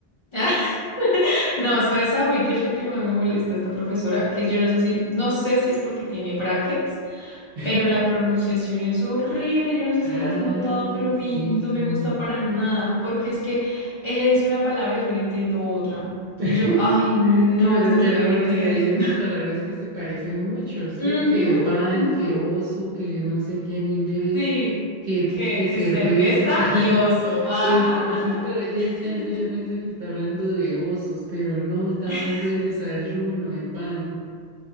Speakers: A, on the left; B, on the right.
A: <laughs> No, ¿sabes a mí qué es lo que más me molesta a esta profesora? Que yo no sé si, no sé si es porque tiene brackets,
B: <laughs>
A: pero la pronunciación es horrible. Yo no sé
B: Ah,
A: si la has notado, pero a mí
B: sí,
A: no
B: sí.
A: me gusta para nada, porque es que ella dice una palabra y yo le entiendo otra.
B: <laughs>
A: Y yo, ay, no,
B: Claro,
A: esta
B: claro,
A: señora
B: porque
A: que me está diciendo.
B: hay unas palabras que se parecen mucho, ¿sí?
A: <laughs> Ujú,
B: Que pan,
A: ujú.
B: que oso, que no sé qué en inglés,
A: Sí,
B: que,
A: que,
B: que cerveza.
A: que cerveza
B: <laughs>
A: y oso. Ajá,
B: Entonces,
A: ajá.
B: claro, ella dice
A: <laughs>
B: algo y yo pienso que está hablando de osos, pero no, está
A: <laughs>
B: hablando del desayuno, de pan,